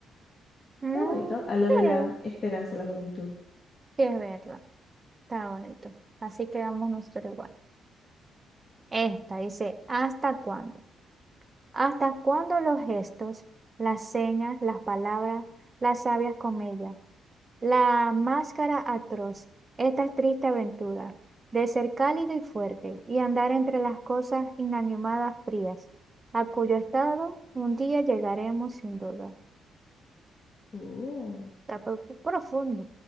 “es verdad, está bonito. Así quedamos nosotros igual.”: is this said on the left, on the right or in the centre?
Right